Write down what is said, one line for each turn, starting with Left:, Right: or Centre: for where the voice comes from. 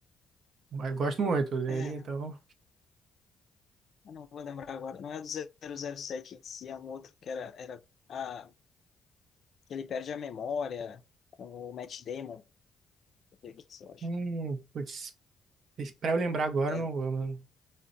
Right: Mas gosto muito dele,
Left: É,
Right: então.
Left: né? Eu não vou lembrar agora. Não é do 007 em si, é um outro que era, era a, que ele perde a memória, com o Matt Damon, que que isso eu acho.
Right: Hum, putz, pra eu lembrar agora,
Left: É,
Right: eu não vou, mano.